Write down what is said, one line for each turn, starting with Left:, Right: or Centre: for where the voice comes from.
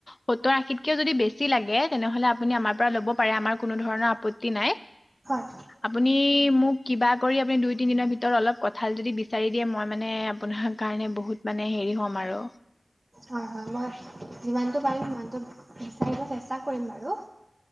Left: সত্তৰ আশীতকে যদি বেছি বেছি লাগে তেনেহলে আপুনি আমাৰ পৰা লব পাৰে আমাৰ কোনো ধৰণৰ আপত্তি নাই।
Right: হয়
Left: আপুনি মোক কিবা কৰি আপুনি দুই তিনি দিনৰ ভিতৰত অলপ কঠাল যদি বিচাৰি দিয়ে মই মানে আপোনাৰ কাৰণে বহুত মানে এহ হেৰি হ'ম আৰু
Right: হয় হয় মই যিমানটো পাৰিম সিমানটো বিচাৰিব চেষ্টা কৰিম বাৰু